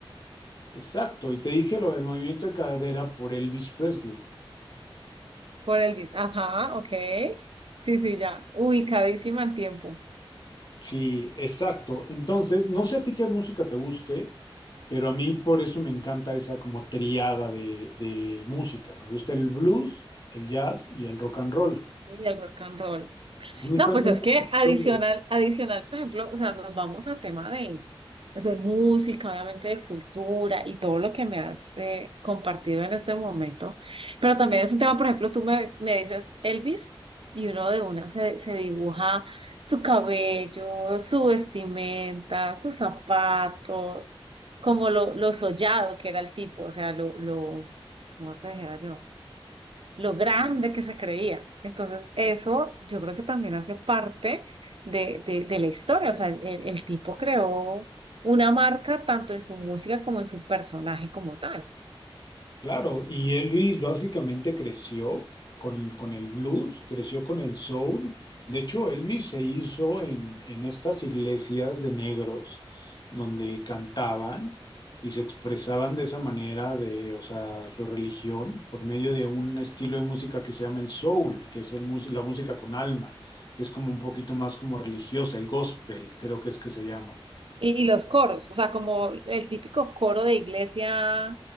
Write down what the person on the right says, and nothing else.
por Elvis. Ajá, ok. Sí, sí, ya. Ubicadísima en tiempo.
Y el rock and roll.
No,
pues es
que
adicional, adicional, por ejemplo, o sea, nos vamos a tema de, de música, obviamente de cultura y todo lo que me has eh, compartido en este momento. Pero también es un tema, por ejemplo, tú me, me dices Elvis y uno de una se, se dibuja su cabello, su vestimenta, sus zapatos, como lo, lo sollado que era el tipo, o sea, lo, lo, ¿cómo te dijera yo? lo grande que se creía. Entonces, eso yo creo que también hace parte de, de, de la historia. O sea, el, el- el tipo creó una marca tanto en su música como en su personaje como tal.
Y, y los coros, o sea, como el típico coro de iglesia